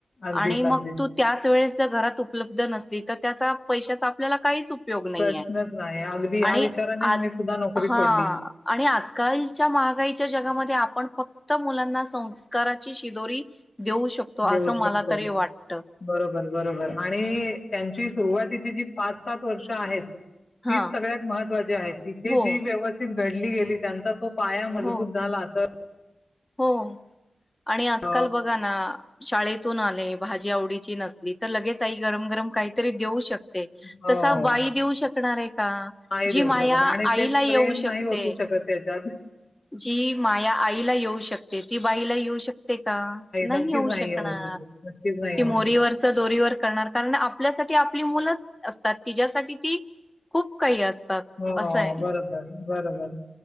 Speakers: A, on the left; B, on the left.
A: अगदीच,
B: आणि मग
A: अगदीच.
B: तू त्याच वेळेस जर घरात उपलब्ध नसली तर त्याचा पैशाचा आपल्याला काहीच उपयोग नाहीये.
A: प्रश्नच नाही अगदी ह्या
B: आणि
A: विचारानेच
B: आज
A: मी सुद्धा नोकरी
B: हा
A: सोडली
B: आणि आजकालच्या महागाईच्या जगामध्ये आपण फक्त तर मुलांना संस्काराची शिदोरी देऊ शकतो
A: देऊ
B: असं
A: शकतो,
B: मला तरी वाटत
A: बरोबर बरोबर आणि त्यांची सुरुवातीची जी पाच सात वर्ष आहेत,
B: हा
A: तीच सगळ्यात महत्वाची आहे तिथे
B: हो
A: जी व्यवस्थित घडी गेली त्यांचा तो पाया मजबूत
B: हो
A: झाला तर
B: हो आणि आजकाल
A: अ,
B: बघा ना, शाळेतून आले भाजी आवडीची नसली तर लगेच आई गरम गरम काहीतरी देऊ शकते.
A: हो,
B: तसा वाई देऊ शकणार आहे. का
A: नाही
B: जी
A: देऊ
B: माया
A: शकत आणि
B: आईला
A: ते
B: येऊ
A: प्रेम
B: शकते
A: नाही ओतू शकत त्याच्यात.
B: जी माया आईला येऊ शकते, ती बाईला येऊ शकते का? नाही
A: नक्कीच
B: येऊ शकणार
A: शकत. नक्कीच नाही
B: कि
A: येऊ
B: मोरीवरच
A: शकत.
B: दोरीवर करणार कारण आपल्यासाठी आपली मुलं असतात तिच्यासाठी ती खूप काही असतात
A: हो,
B: असंय
A: बरोबर, बरोबर.